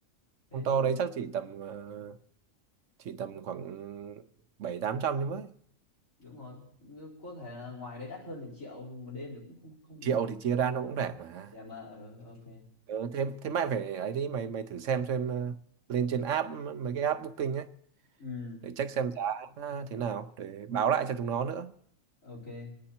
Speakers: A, on the left; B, on the right.
A: thế
B: Phòng to
A: thì
B: đấy chắc chỉ tầm ờ, thì tầm khoảng bảy tám trăm nhưng mới
A: đúng rồi nhưng có thể là ngoài đấy đắt hơn thì triệu một đêm thì cũng không không
B: triệu
A: bình thường
B: thì chia ra nó cũng rẻ mà
A: dạ mà ờ ok
B: ừ, thế thế mày phải ấy đi mày mày thử xem xem ờ, lên trên app mấy cái app booking ấy
A: ừ
B: để check xem giá thế nào để báo lại cho chúng nó nữa
A: ok